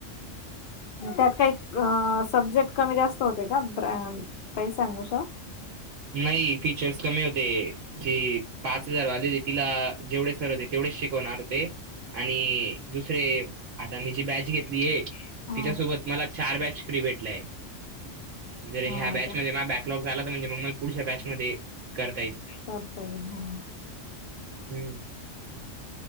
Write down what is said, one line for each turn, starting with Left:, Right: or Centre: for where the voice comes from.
Left: त्यात काही अ सब्जेक्ट कमी जास्त होते ब्रॅन काही सांगू श
Right: नाही फीचर्स कमी होते जी पाच हजार वाली होते तिला जेवढे सर होते तेवढेच शिकवणार होते आणि दुसरे आता मी जी बॅच घेतली आहे,
Left: हं.
Right: तिच्यासोबत मला चार बॅच फ्री भेटलाय. जर
Left: हा
Right: ह्या बॅचमध्ये
Left: का?
Right: माझा बॅकलॉग झाला तर म्हणजे मग मला पुढच्या बॅचमध्ये करता येईल,
Left: करता येईल, हा.
Right: हम्म.